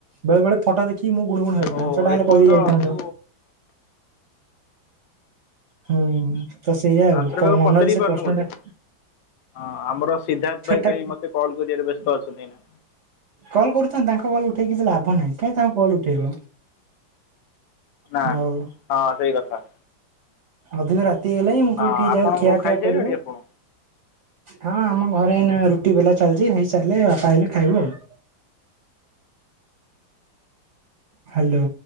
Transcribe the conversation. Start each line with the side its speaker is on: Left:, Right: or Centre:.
Right: ବେଳେ ବେଳେ ଫଟୋ ଦେଖ କି ମୁଁ ଗୁଣ ଗୁଣ ହବି
Left: ଓ
Right: ଆଞ୍ଚ ଟା ହେଲେ
Left: ଏପର୍ଯ୍ୟନ୍ତ
Right: କହିଦ ଯାଇଥାନ୍ତ।
Left: ତୁ
Right: ହୁଁ ତ ସେଇଆାଉ
Left: ଆନ୍ସର କାହାକୁ
Right: ମନରେ
Left: ପଚାରି
Right: ସେ
Left: ପାରୁନୁ
Right: ପ୍ରଶ୍ନଟା
Left: ବୋଧେ ହଁ ଆମର ସିଦ୍ଧାର୍ଥ ଭାଇ
Right: ଟା
Left: କାହିଁ ମତେ କଲ କରିବା ବ୍ୟସ୍ତ ଅଛନ୍ତି ନା?
Right: କଲ୍ କରୁଥାନ୍ତ ତାଙ୍କ କଲ୍ ଉଠେଇ କିଛି ଲାଭ ନାହିଁ କାହିଁକି ତାଙ୍କ କଲ ଉଠେଇବ।
Left: ନା
Right: ହଉ
Left: ହଁ ସେଇ କଥା।
Right: ଅଧିକ ରାତି ହେଇଗଲାଣି ମୁଁ କହିଲି
Left: ହଁ
Right: ଟିକେ
Left: ଆପଣ
Right: ଯାଉ ଖିଆପିଆ
Left: ଖାଇସାରିଲେଣି
Right: କରିବ
Left: ଆପଣ
Right: ହଁ ଆମ ଘରେ ଏଇନା ରୁଟି ବେଲା ଚାଲିଛି ହେଇସାରିଲେ ବାପା ଆଇଲେ ଖାଇବ ଆଉ <unintelligible> ହ୍ୟାଲୋ।